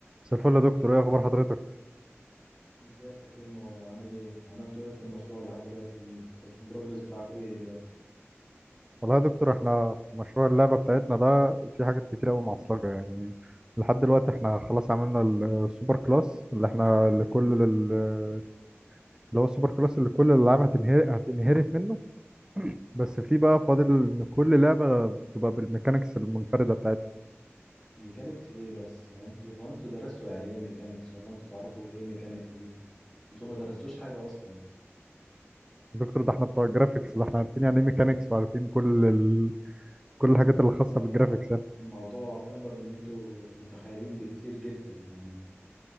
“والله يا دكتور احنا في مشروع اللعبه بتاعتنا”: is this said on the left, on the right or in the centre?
Right